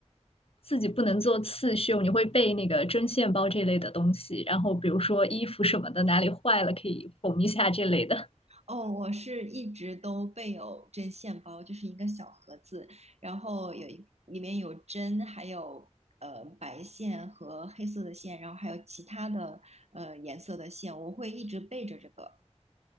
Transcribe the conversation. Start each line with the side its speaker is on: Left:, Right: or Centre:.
Left: 自己不能做刺绣，你会备那个针线包这类的东西，然后比如说衣服什么的哪里坏了可以缝一下这类的。
Right: 哦，我是一直都备有针线包，就是一个小盒子，然后有一里面有针，还有呃白线和黑色的线，然后还有其他的呃颜色的线，我会一直备着这个。